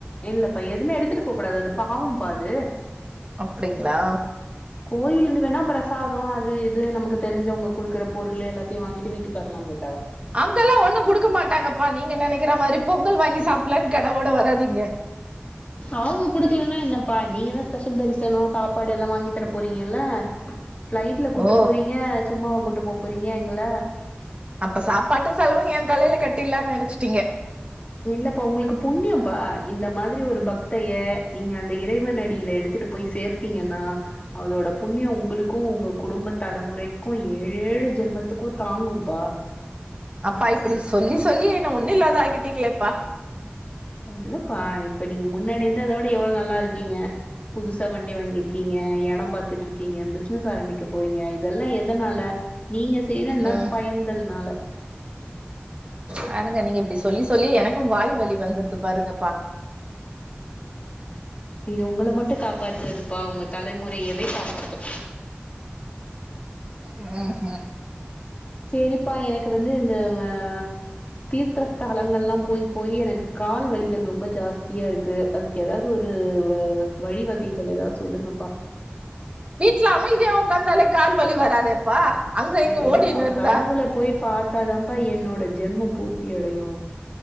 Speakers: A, on the left; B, on the right.
A: இல்லப்பா எதுமே எடுத்துட்டு போ கூடாது அது பாவப்பா அது
B: அப்டிங்ளா
A: கோயில்லிந்து வேணா பிரசாதோ அது இது நமக்கு தெரிஞ்சவங்க குடுக்குற பொருளு எல்லாத் தியோ வாங்கிட்டு வீட்டுக்கு வர்லாமே
B: அங்கலா ஒண்ணு குடுக்க மாட்டாங்கப்பா நீங்க நெனைக்கிறா மாரி பொங்கல் வாங்கி சாப்புல்லா கனவோட வராதிங்க
A: அவுங்க குடுக்லனா என்னப்பா நீங்க தா ஸ்பெஷல் தரிசனோ சாப்பாடெல்லா வாங்கி தர போறீங்கல்ல ப்ஃளைட்ல கூட்டு
B: ஓ
A: போறீங்க சும்மாவ கூட்டு போ போறீங்க எங்கள
B: அப்ப சாப்பாட்டு செலவு எ தலையில கட்டில்லான்னு நெனச்சிட்டிங்க
A: இல்லப்பா உங்ளுக்கு புண்ணியம்பா இந்த மாதிரி ஒரு பக்தைய நீங்க அந்த இறைவனடியில எடுத்துட்டு போய் சேர்த் தீங்கன்னா அதோட புண்ணியோ உங்களுக்கு உங்க குடும்ப தலமுறைக்கு ஏழேழு ஜென்மத்துகு தாங்கும்பா
B: அப்பா இப்டி சொல்லி சொல்லி என்ன ஒண்ணு இல்லாத ஆக்கிட்டீங்ளேப்பா
A: இல்லப்பா இப்ப நீங்க முன்னாடி இருந்தததோட எவ்ளோ நல்லாய்ருக்கீங்க புதுசா வண்டி வாங்கியிருக்கீங்க எடோ பாத்துட்ருக்கீங்க பிஸ்னஸ் ஆரம்பிக்க போறீங்க இதல்லா எதனால நீங்க செய்ற நற்பயன்கள்னால
B: ம் பாருங்க நீங்க இப்டி சொல்லி சொல்லி எனக்கு வாய் வலி வந்துருது பாருங்கப்பா
A: இது உங்கள மட்டு காப்பாத்துதுப்பா உங்க தலைமுறையவே காப்பாத்தோ
B: ம் ஹ்ம்
A: செரிப்பா எனக்கு வந்து இந்த ஆ தீர்த்த ஸ்தலங்கள்லா போய் போயி எனக்கு கால் வலிகள் ரொம்ப ஜாஸ்தியா இருக்கு அதுக்கு ஏதாவ்து ஒரு வ வழிவகைகள் ஏதாவ் சொல்லுங்கப்பா
B: வீட்ல அமைதியா உக்காந்தாலே கால்வலி வராதேப்பா அங்க இங்க
A: இல்லப்பா
B: ஓடினு இருந்தா
A: கடவுள போய் பாத்தாதாப்பா என்னோட ஜென்மோ பூர்த்தி அடையு